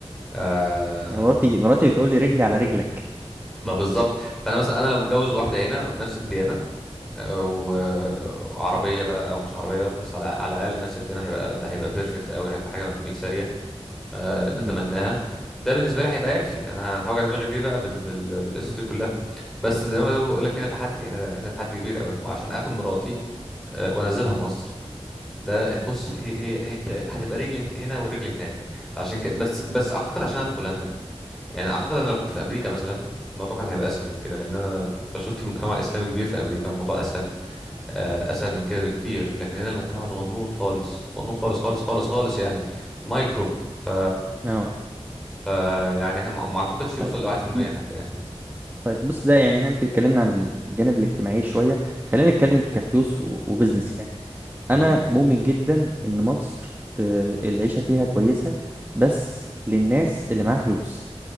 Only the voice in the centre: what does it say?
آه،
ما بالظبط فانا مثلا انا لو متجوز واحده هنا بنفس الديانه آه، و- وعربيه بقى او مش عربيه بس على على الاقل نفس الديانه هيبقى ده هيبقى بيرفكت قوي هيبقى حاجه مثاليه آه، نتمناها
ده بالنسبه لي هيبقى يكفي انا هوجع دماغي ليه بقى بال... بال... بالقصص دي كلها بس زي ما بقول لك هنا تحدي هنا هنا تحدي كبير قوي وعشان اخد مراتي آه، وانزلها مصر ده بص هي هي هي انت هتبقى رجل هنا ورجل هناك عشان كده بس بس اعتقد عشان انا في بولندا يعني اعتقد انا لو كنت في امريكا مثلا الموضوع كان هيبقى اسهل من كده لان انا بشوف في مجتمع اسلامي كبير في امريكا الموضوع اسهل آه، اسهل من كده بكتير لكن هنا المجتمع صغنون خالص صغنون خالص خالص خالص خالص يعني مايكرو ف
فيعني احنا ما ما اعتقدش يوصل
لواحد في المية
حتى يعني
امم